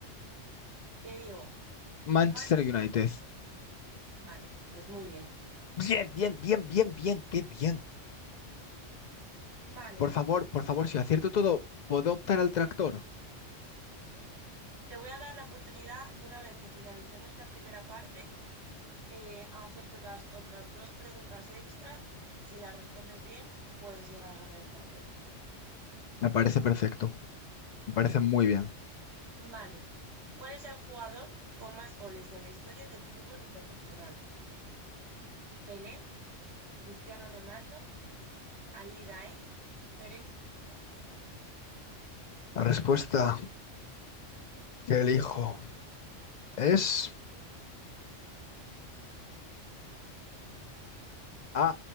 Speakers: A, on the right (about 60°); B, on the left (about 65°).
A: Te digo,
B: Manchester
A: Manchester.
B: United.
A: Vale, pues muy bien.
B: Bien, bien, bien, bien, bien, qué bien.
A: Vale.
B: Por favor, por favor, si acierto todo, ¿puedo optar al tractor?
A: Te voy a dar la oportunidad, una vez que finalicemos la primera parte, eh, a hacerte las otras dos preguntas extra. Si las respondes bien, puedes llegar a ganar el tractor.
B: Me parece perfecto, me parece muy bien.
A: Vale. ¿Cuál es el jugador con más goles en la historia del fútbol internacional? Pelé, Cristiano Ronaldo, Ali Daei, Ferenc Puskás
B: La respuesta que elijo es A,